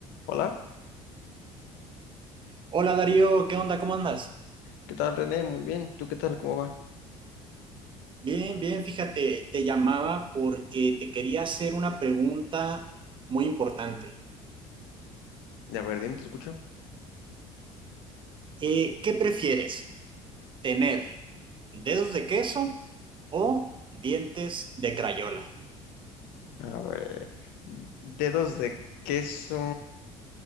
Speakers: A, on the left; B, on the right.
A: Hola,
B: Hola Darío, ¿qué onda? ¿Cómo andas?
A: ¿qué tal René? Muy bien, ¿tú qué tal? ¿Cómo va?
B: Bien, bien, fíjate, te llamaba porque te quería hacer una pregunta muy importante.
A: A ver, dime, te escucho.
B: Eh, ¿qué prefieres? ¿Tener dedos de queso o dientes de crayola?
A: A ver, dedos de queso.